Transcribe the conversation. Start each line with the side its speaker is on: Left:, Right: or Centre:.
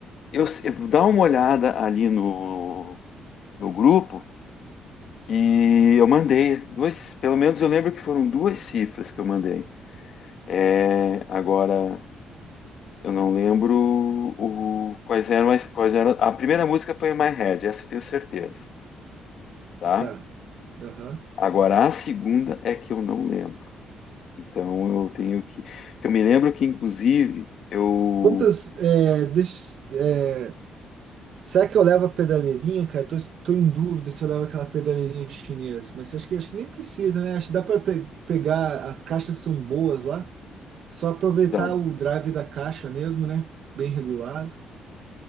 Left: eu, se- dá uma olhada ali no, no grupo que eu mandei. Duas, pelo menos eu lembro que foram duas cifras que eu mandei. É, agora eu não lembro o, quais eram as, quais eram. A primeira música foi My Head, essa eu tenho certeza, tá?
Right: Tá. Aham.
Left: Agora a segunda é que eu não lembro. Então eu tenho que. Eu me lembro que inclusive eu
Right: Quantas. É, des- é, será que eu levo a pedaleirinha, cara? Tô, tô em dúvida se eu levo aquela pedaleirinha chinesa. Mas acho que, acho que nem precisa, né? Acho que dá para pegar. As caixas são boas lá. Só aproveitar
Left: dá.
Right: o drive da caixa mesmo, né? Bem regulado.